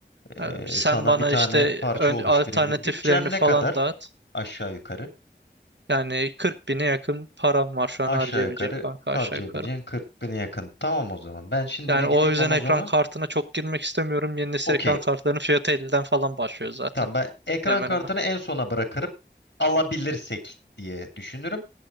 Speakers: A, on the left (about 80°); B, on the right (about 80°).
A: E,
B: E, sen
A: sana
B: bana
A: bir tane
B: işte
A: parça
B: ön,
A: oluşturayım.
B: alternatiflerini
A: Bir Bütçen
B: falan
A: ne kadar?
B: dağıt.
A: Aşağı yukarı.
B: Yani 40 bine yakın param var şu an
A: Aşağı
B: harcayabileceğim
A: yukarı
B: kanka aşağı
A: harcayabileceğin
B: yukarı.
A: 40 bine yakın. Tamam o zaman. Ben şimdi
B: Yani
A: bir
B: o
A: gireyim
B: yüzden
A: Amazon'a.
B: ekran kartına çok girmek istemiyorum. Yeni nesil
A: Okey,
B: ekran kartlarının fiyatı 50'den falan başlıyor zaten.
A: Tamam ben ekran
B: Hemen
A: kartını
B: hemen.
A: en sona bırakırım. Alabilirsek diye düşünürüm.